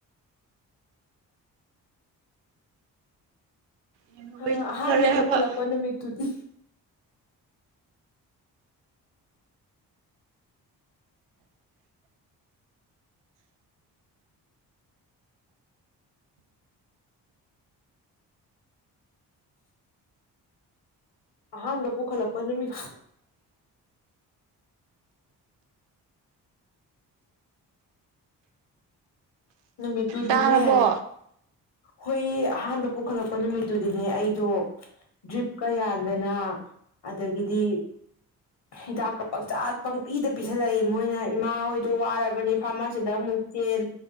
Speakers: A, on the right; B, on the left.
A: ꯌꯦꯡꯍꯧꯔꯤꯗꯣ
B: ꯑ ꯑꯍꯥꯟꯕ
A: ꯐꯔꯦ ꯍꯥꯏꯕ
B: ꯄꯣꯈꯠꯂꯛꯄ ꯅꯨꯃꯤꯠꯇꯨꯗꯤ ꯑꯍꯥꯟꯕ ꯄꯨꯈꯠꯂꯛꯄ ꯅꯨꯃꯤꯠ <unintelligible> ꯇꯨꯗꯤꯅꯦ
A: ꯇꯥꯔꯕꯣ
B: ꯍꯣꯏꯌꯦ ꯑꯍꯥꯟꯕ ꯄꯨꯈꯠꯂꯛꯄ ꯅꯨꯃꯤꯠꯇꯨꯗꯤꯅꯦ ꯑꯩꯗꯣ ꯗ꯭ꯔꯤꯞꯀ ꯌꯥꯟꯗꯅ ꯑꯗꯒꯤꯗꯤ ꯍꯤꯗꯥꯛꯀ ꯄꯪꯆꯥꯥ ꯄꯪꯄꯤꯗ ꯄꯤꯁꯜꯂꯛꯏ ꯃꯣꯏꯅ ꯏꯃꯥ ꯍꯣꯏꯗꯣ ꯋꯥꯔꯕꯅꯤ ꯐꯥꯔꯃꯥꯁꯤꯗ ꯑꯃꯨꯛ ꯆꯦꯟ